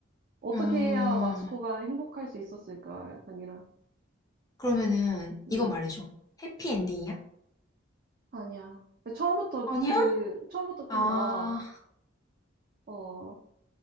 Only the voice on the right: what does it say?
어떻게
해야 마츠코가 행복할 수 있었을까? 약간 이런.
음,
아니야. 근데 처음부터
그, 처음부터 좀
나와. 어,